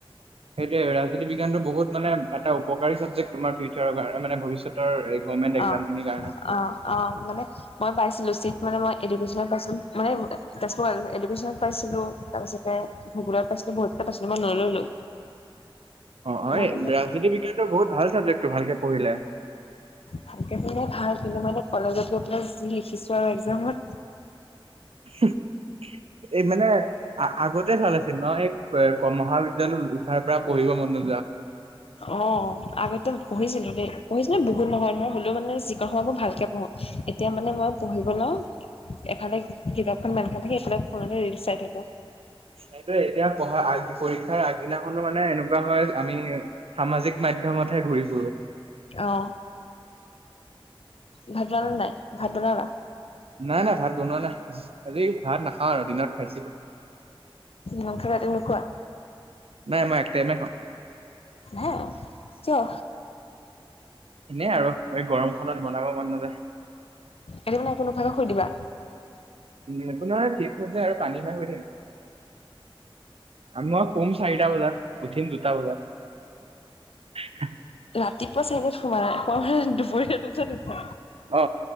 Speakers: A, on the right (about 85°); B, on the left (about 85°).
A: সেইটো ৰাজনীতি বিজ্ঞান বহুত মানে এটা উপকাৰী ছাবজেক্ট তোমাৰ ফিউচাৰ কাৰণে মানে ভৱিষ্যত ৰেকুমেড এক্জাম
B: অ
A: খিনিৰ কাৰণে।
B: অ অ মানে মই পাইছিলো চিট মানে মই এডুকেশ্বনত পাইছিলো মানে তেজপুৰত এডুকেশ্যনত পাইছিলো তাৰপিছত তাৰিছতে ভোগোলত পাইছিলো বহুততে পাইছিলো মই নললো।
A: অ অ এই
B: মানে
A: ৰাজনীতি বিজ্ঞানটো বহুত ভাল চাবজেক্টটো ভালকে পঢ়িলে।
B: ভালকে পঢ়িলে ভাল কিন্তু মানে কলেজত গৈ পেলাই যি লিখিছো আৰু একজামত
A: <unintelligible> এই মানে আগতে ভাল আছিল ন এই মহাবিদ্যালয় উঠাৰ পৰা পঢ়িব মন নো
B: অ আগতে পঢ়িছিলো দেই। পঢ়িছো বহুত নহয় নহয় হলেও মানে যিকন সময় মই ভালকে পঢ়ো এতিয়া মানে মই পঢ়িব লও এফালে কিতাপখন মেল খাই থাকি ইফালে ফোনতে ৰিল চাই থাকো।
A: সেইটোয়ে এতিয়া পঢ়া আগ পৰীক্ষাৰ আগদিনাখনো মানে এনেকোৱা হয় আমি সামাজিক মাধ্যমতহে ঘূৰি ফুৰো।
B: অ ভাত বনালা নাই ভাত বনালা
A: নাই নাই ভাত বনোৱা নাই আজি ভাত নাখাওঁ আৰু দিনত। খাইছিলো
B: মাংস ৰাতি নোখোৱা
A: নাই মই এক টাইমে খাও।
B: হে কিয়
A: এনে আৰু এই গৰমখনত বনাব মন নেযায়
B: এতিয়া মানে একো নোখোৱাকৈ শুই দিবা।
A: উম, একো নহয় চিপছ আৰু পানী খাই শুই থাকিম মই শুম চাৰিটা বজাত উঠিম দু টা বজাত।
B: ৰাতিপুৱা চাৰি বজাত শুবা আকৌ মানে দুপৰীয়া দুটাত উঠা।
A: অ